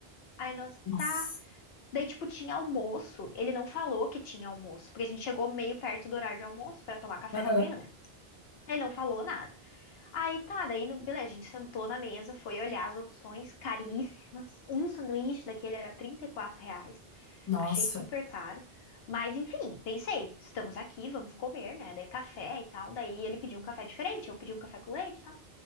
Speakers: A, on the left (about 75°); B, on the left (about 30°).
A: Aí nós,
B: Nossa.
A: tá. Daí, tipo, tinha almoço. Ele não falou que tinha almoço, porque a gente chegou meio perto do horário de almoço pra tomar café
B: Aham.
A: da manhã, né? Ele não falou nada. Aí tá, daí, no- beleza, a gente sentou na mesa, foi olhar as opções caríssimas. Um sanduíche daquele era 34 reais.
B: Nossa.
A: Achei super caro. Mas enfim, pensei, estamos aqui, vamos comer, né? Daí café e tal. Daí ele pediu um café diferente, eu pedi um café com leite e tal.